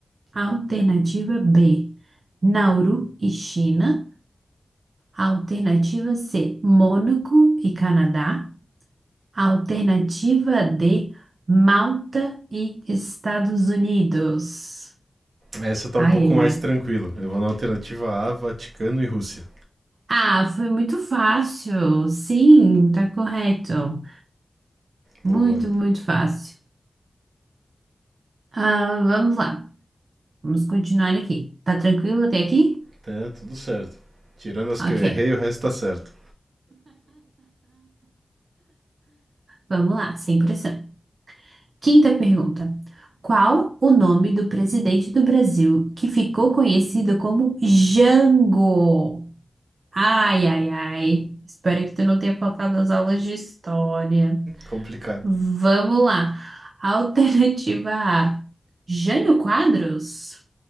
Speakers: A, on the right; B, on the right.
A: Alternativa B, Nauru e China. Alternativa C, Mônaco e Canadá. Alternativa D, Malta e Estados Unidos.
B: Essa tá
A: Ai,
B: um pouco
A: ai,
B: mais
A: ai.
B: tranquila. Eu vou na alternativa A, Vaticano e Rússia.
A: Ah, foi muito fácil. Sim, tá correto. Muito,
B: Boa.
A: muito fácil. Ah, vamos lá. Vamos continuar aqui. Tá tranquilo até aqui?
B: Tá tudo certo. Tirando as
A: Ok.
B: que eu errei, o resto tá certo.
A: Vamos lá, sem pressão. Quinta pergunta. Qual o nome do presidente do Brasil que ficou conhecido como Jango? Ai, ai, ai. Espero que tu não tenha faltado as aulas de história.
B: Complicado.
A: Vamos lá. Alternativa A. Jânio Quadros?